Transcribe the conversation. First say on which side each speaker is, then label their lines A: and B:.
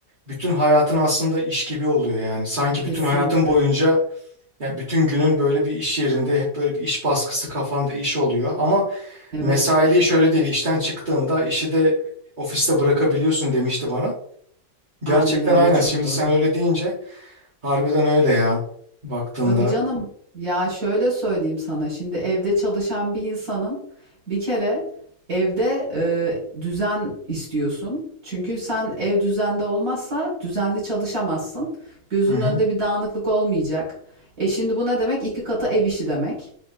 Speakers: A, on the right (about 35°); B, on the right (about 65°).
A: bütün hayatın aslında iş gibi oluyor yani sanki bütün
B: kesinlikle.
A: hayatın boyunca yani bütün günün böyle bir iş yerinde hep böyle bir iş baskısı kafanda iş oluyor ama
B: Evet,
A: mesailiği şöyle değil işten çıktığında işi de ofiste bırakabiliyorsun demişti bana. Gerçekten
B: aynen öyle,
A: aynen
B: çok
A: şimdi
B: doğru.
A: sen öyle deyince harbiden öyle ya baktığında.
B: Tabii canım. Ya şöyle söyleyeyim sana, şimdi evde çalışan bir insanın bir kere evde e, düzen istiyorsun. Çünkü sen ev düzende olmazsa düzenli çalışamazsın. Gözünün
A: Hı hı.
B: önünde bir dağınıklık olmayacak. E şimdi bu ne demek? İki kata ev işi demek.